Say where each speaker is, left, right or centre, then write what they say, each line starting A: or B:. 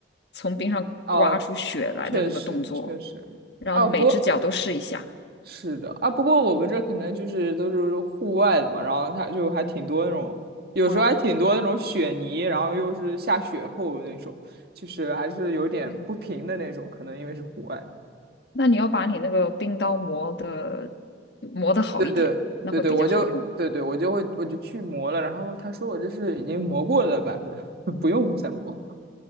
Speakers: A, on the left; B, on the right.
A: 从冰上刮出血来的那个动作，
B: 哦，确实确实。
A: 然后每只脚都试一下，
B: 哦，不过是的啊，不过我们这可能就是都是户外的嘛，然后它就还挺多那种，有时候还挺多那种雪泥，
A: 花了，
B: 然后又是下雪后那种，就是还是有点不平的那种，
A: 嗯。
B: 可能因为是户外的
A: 那你要把你那个冰刀磨的磨的好一点，
B: 对对对对，
A: 那会比较好用。
B: 我就对对我就会我就去磨了，然后他说我这是已经磨过的版本，<laughs> 不用再磨。